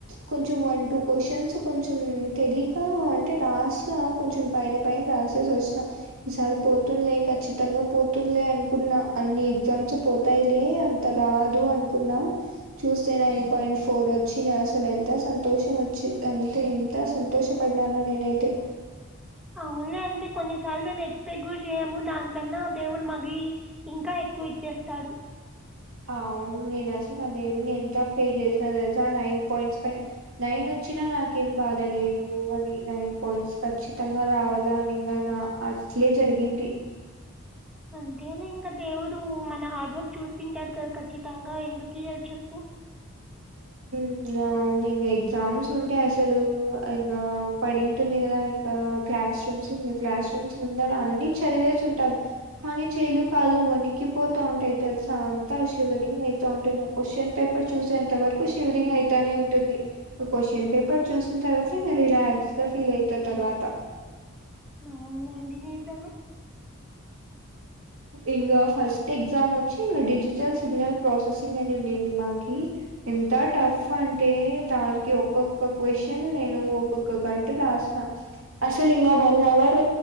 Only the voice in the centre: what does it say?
అవునులే అంటే కొన్నిసార్లు మేం ఎక్సెప్ట్ కూడా చేయము దానికన్నా దేవుడు మగి ఇంకా ఎక్కువ ఇచ్చేస్తాడు
అంతేలే ఇంక దేవుడు మన హార్డ్ వర్క్ చూస్తుంటాడు కదా ఖచ్చితంగా ఎందుకు ఇయ్యడు చెప్పు
అవునండి నిజమే